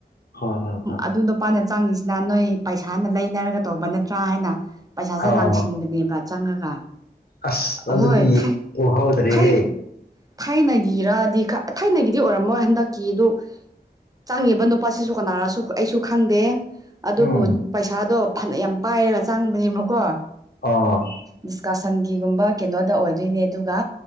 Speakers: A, on the left; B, on the right.
A: ꯍꯣꯏ ꯍꯣꯏ ꯍꯣꯏ
B: ꯑꯗꯨ ꯅꯨꯄꯥꯥꯅ ꯆꯪꯉꯤꯁꯤꯅ ꯅꯣꯏ ꯄꯩꯁꯥꯅ ꯂꯩꯅꯔꯒ ꯇꯧꯕ ꯅꯠꯇ꯭ꯔꯥ ꯍꯥꯏꯅ ꯄꯩꯁꯥꯁꯦ
A: ꯑꯥꯎ
B: ꯂꯥꯡꯁꯤꯟꯕꯅꯦꯕ ꯆꯪꯉꯒ
A: ꯑꯁ ꯑꯗꯨꯗꯤ
B: ꯍꯣꯏ
A: ꯎꯍꯧꯗ꯭ꯔꯦꯍꯦ
B: ꯊꯩ ꯊꯥꯏꯅꯒꯤꯔꯗꯤ ꯊꯥꯏꯅꯒꯤꯗꯤ ꯑꯣꯏꯔꯝꯃꯣꯏ ꯍꯟꯗꯛꯀꯤꯗꯨ ꯆꯪꯉꯤꯕ ꯅꯨꯄꯥꯁꯤꯁꯨ ꯀꯅꯥꯔꯁꯨ ꯑꯩꯁꯨ ꯈꯪꯗꯦ ꯑꯗꯨꯕꯨ
A: ꯎꯝ
B: ꯄꯩꯁꯥꯗꯣ ꯐꯥꯅꯌꯥꯝ ꯄꯥꯏꯔꯒ ꯆꯪꯕꯅꯦꯕꯀꯣ
A: ꯑꯣ
B: ꯗꯤꯁꯀꯁꯟꯒꯤꯒꯨꯝꯕ ꯀꯩꯅꯣꯗ ꯑꯣꯏꯗꯣꯏꯅꯦ ꯑꯗꯨꯒ